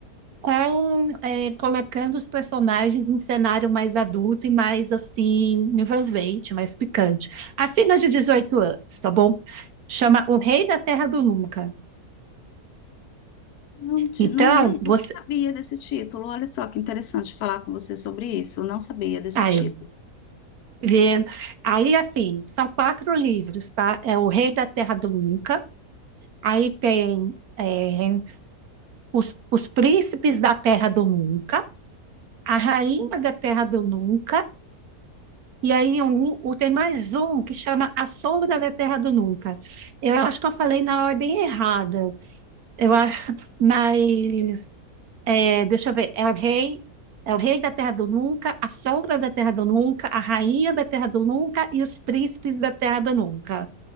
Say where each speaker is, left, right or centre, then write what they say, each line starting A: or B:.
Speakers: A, on the right; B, on the left.
A: com, é, colocando os personagens em cenário mais adulto e mais, assim, envolvente, mais picante. Acima de 18 anos, tá bom? Chama O Rei da Terra do Nunca.
B: Não, ti-
A: Então,
B: não, nem- não
A: você...
B: sabia desse título. Olha só que interessante falar com você sobre isso. Não sabia desse
A: Ah,
B: título.
A: E aí, assim, são quatro livros, tá? É O Rei da Terra do Nunca, aí tem é, os, os Príncipes da Terra do Nunca, A Rainha da Terra do Nunca, e aí um, um- tem mais um que chama A Sombra da Terra do Nunca. Eu acho que eu falei na ordem errada. Eu acho, <laughs> mas é, deixa eu ver, é o Rei. É o Rei da Terra do Nunca, a Sombra da Terra do Nunca, a Rainha da Terra do Nunca e os Príncipes da Terra do Nunca.